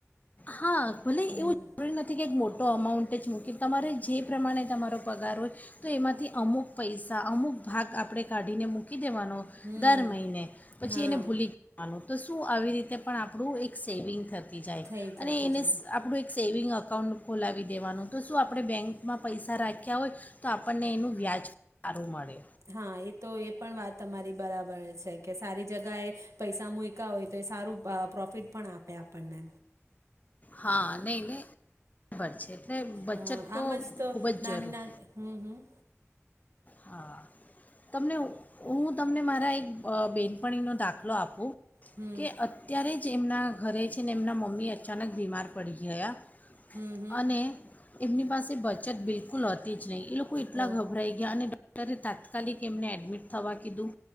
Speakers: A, on the left; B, on the right.
A: હા ભલે
B: હમ
A: એવું જરૂરી નથી કે મોટું ખટો અમાઉન્ટ જ મૂકે તમારે જે પ્રમાણે તમારો પગાર હોય તો એમાંથી અમુક પૈસા અમુક ભાગ આપણે કાઢીને મૂકી દેવાનો
B: હમ
A: દર મહિને પછી
B: હા
A: એને ભૂલી જવાનો તો શું આવી રીતે પણ આપણું એક સેવિંગ થતું થતી જાય.
B: થઈ થતી
A: એનેશ
B: જાય
A: આપણું એક સેવિંગ અકાઉન્ટ ખોલાવી દેવાનું તો શું આપણે બેંકમાં પૈસા રાખ્યા હોય તો આપણને એનું વ્યાજ પણ સારું મળે
B: હા એ તો એ પણ વાત તમારી બરાબર છે કે સારી જગા એ પૈસા મુકા હોય તો એ સારું અ પ્રોફિટ પણ આપે આપણને
A: હા નહીં નહીં બરાબર છે એટલે બચત
B: હા,
A: તો
B: આમ જ
A: ખૂબ
B: નાની
A: જ જરૂર..
B: નાની હમ
A: હા તમને હું તમને મારા એક અ બેનપણીનો દાખલો આપું.
B: હમ
A: કે અત્યારે જ એમના ઘરે છે ને એમના મમ્મી અચાનક બીમાર પડી ગયા
B: હમ હમ
A: અને એમની પાસે બચત બિલકુલ હતી નહી એ લોકો એટલા
B: ઓ
A: ગભરાય અને ડોક્ટરે તાત્કાલિક એમને એડમિટ થવા કીધું